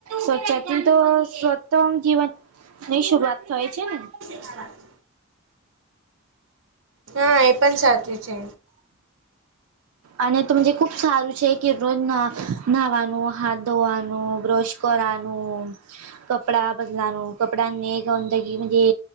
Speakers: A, on the right; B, on the right.
A: સ્વચ્તી તો સ્વતમ જીવન ની શુંરૂઆત થય છે, ને
B: <inaudible> હા એ પણ સાચું છે.
A: અને તો મજે ખૂબ સારું છે, કે રોજ ના નાવાનું હાથ ધોવાનું બ્રશ કરાનું કપડાં બદલાવાનું કપડાને ગંદગી મજે